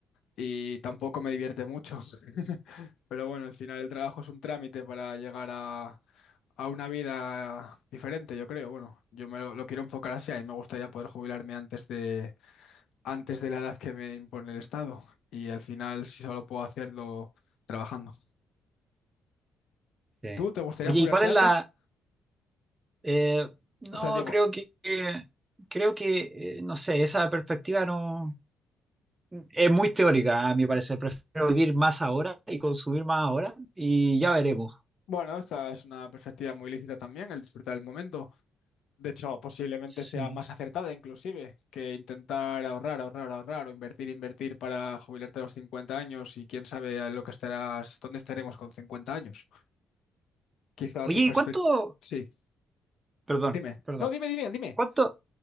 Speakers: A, on the left (about 75°); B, on the right (about 20°).
A: y tampoco me divierte mucho. <laughs> Pero bueno, al final el trabajo es un trámite para llegar a, a una vida diferente, yo creo. Bueno, yo me lo, lo quiero enfocar así. A mí me gustaría poder jubilarme antes de, antes de la edad que me impone el Estado. Y al final, si solo puedo hacerlo trabajando.
B: Sí.
A: ¿Tú te gustaría
B: Oye,
A: jubilarte
B: ¿y cuál es
A: antes?
B: la, Eh, no,
A: O sea, digo,
B: creo que, creo que, eh, no sé, esa perspectiva no es muy teórica, a mi parecer. Prefiero vivir más ahora y consumir más ahora y ya veremos.
A: bueno, esta es una perspectiva muy lícita también, el disfrutar del momento. De hecho, posiblemente
B: Sí.
A: sea más acertada inclusive que intentar ahorrar, ahorrar, ahorrar o invertir, invertir para jubilarte a los 50 años y quién sabe a lo que estarás, dónde estaremos con 50 años. Quizá
B: Oye,
A: tu perspectiva...
B: ¿y cuánto,
A: Sí,
B: perdón,
A: dime.
B: perdón,
A: No, dime, dime, dime.
B: cuánto,